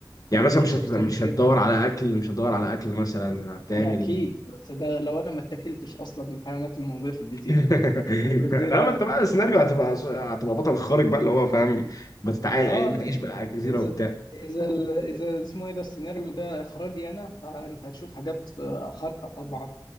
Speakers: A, on the left; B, on the left.
A: يعني
B: هي
A: مثلا
B: تيشيرتات
A: مش هت... مش
B: وكده
A: هتدور على اكل مش هتدور على اكل مثلا هتعمل
B: ده اكيد بس ده لو انا ما اتكلتش اصلا من الحيوانات الموجودة في الجزيرة
A: <laughs>
B: يعني الجزيرة
A: لا ما انت بقى السيناريو هتبقى هتبقى بطل خارق بقى اللي هو فاهم بتتعايش
B: اه
A: بتعيش بقى على الجزيرة
B: اذا
A: وبتاع
B: اذا ال- اذا اسمه ايه ده السيناريو ده اخراجي انا فانت هتشوف حاجات آه، خارقه طبعا